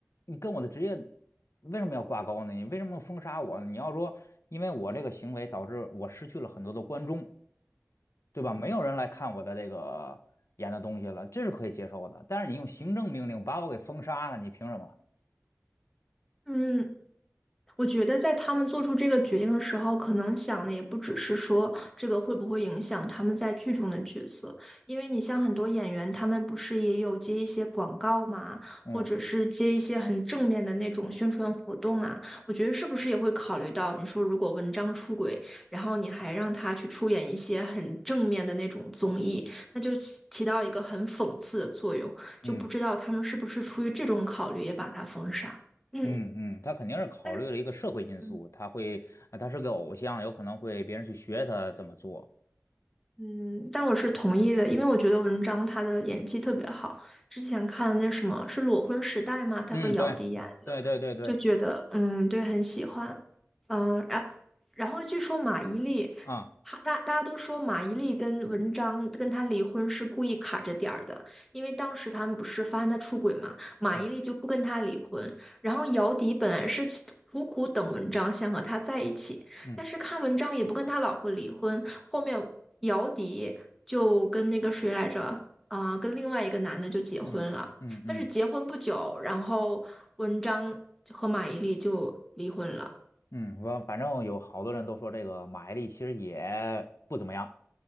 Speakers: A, on the left; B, in the centre.
A: 你跟我的职业为什么要挂钩呢？你为什么要封杀我呢你要说因为我这个行为导致我失去了很多的观众，对吧？没有人来看我的这个演的东西了，这是可以接受的。但是你用行政命令把我给封杀了，你凭什么？
B: 嗯。我觉得在他们做出这个决定的时候，可能想的也不只是说这个会不会影响他们在剧中的角色，因为你像很多演员，他们不是也有接一些广告吗？或者是接一些很正面的那种宣传活动啊。
A: 嗯
B: 我觉得是不是也会考虑到，你说如果文章出轨，然后你还让他去出演一些很正面的那种综艺，那就起起到一个很讽刺的作用，
A: 嗯
B: 就不知道他们是不是出于这种考虑也把他封杀。嗯。
A: 嗯嗯，他肯定是考虑了一个社会因素，
B: 但是。嗯。
A: 他会啊他是个偶像，有可能会别人去学他这么做。
B: 嗯，但我是同意的，因为我觉得文章他的演技特别好。之前看了那什么是《裸婚时代》嘛，他和姚笛演的，
A: 嗯，对对对对对，
B: 就觉得嗯，对，很喜欢，嗯，然然后据说马伊琍，
A: 啊。
B: 她大大家都说马伊琍跟文章跟她离婚是故意卡着点儿的，因为当时他们不是发现她出轨嘛，马伊琍就不跟他离婚，
A: 嗯
B: 然后姚笛本来是企苦苦等文章想和他在一起，
A: 嗯
B: 但是看文章也不跟他老婆离婚，后面姚笛就跟那个谁来着啊、跟另外一个男的就结婚了。
A: 嗯嗯嗯
B: 但是结婚不久，然后文章和马伊琍就离婚了，
A: 嗯，我反正有好多人都说这个马伊琍其实也不怎么样。